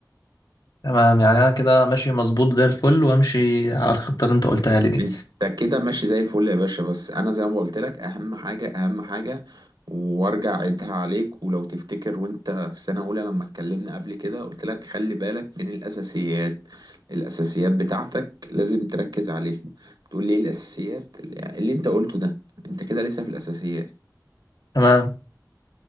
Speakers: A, on the left; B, on the right.
A: تمام يعني انا كده ماشي مظبوط زي الفل وامشي على الخطه اللي انت قلتها لي دي
B: انت كده ماشي زي الفل يا باشا بس انا زي ما قلت لك اهم حاجه اهم حاجه وارجع عيدها عليك ولو تفتكر وانت في سنه اولى لما اتكلمنا قبل كده قلت لك خلي بالك من الاساسيات الاساسيات بتاعتك لازم تركز عليها تقول لي ايه الاساسيات اللي انت قلته ده انت كده لسه في الاساسيات
A: تمام